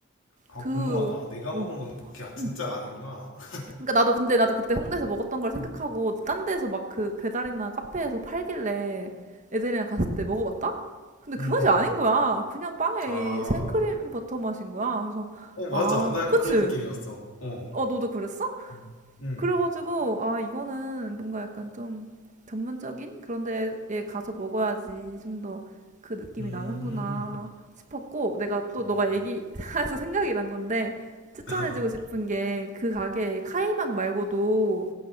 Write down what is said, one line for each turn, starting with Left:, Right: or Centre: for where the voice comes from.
Left: 아,
Right: 그
Left: 궁금하다. 내가
Right: 어,
Left: 먹은 건 그게 진짜가
Right: 응
Left: 아니구나. <laughs>
Right: 그러니까 나도 근데 나도 그때 홍대에서 먹었던 걸 생각하고
Left: 음,
Right: 딴 데서 막 그 배달이나 카페에서 팔길래 애들이랑 갔을 때 먹어봤다? 근데 그
Left: 음, 음.
Right: 맛이 아닌 거야. 그냥 빵에
Left: 아,
Right: 생크림 버터 맛인 거야. 그래서
Left: 어, 맞아.
Right: 아,
Left: 나 약간
Right: 그치?
Left: 그런 느낌이었어. 어.
Right: 어, 너도 그랬어?
Left: 음, 음,
Right: 그래가지고 아 이거는 뭔가 약간 좀 전문적인 그런 데에 가서 먹어야지 좀 더 그 느낌이
Left: 음.
Right: 나는구나 싶었고 내가 또
Left: 와.
Right: 너가 얘기해서 <laughs> 생각이 난 건데 추천해주고
Left: <laughs>
Right: 싶은 게 그 가게에 카이막 말고도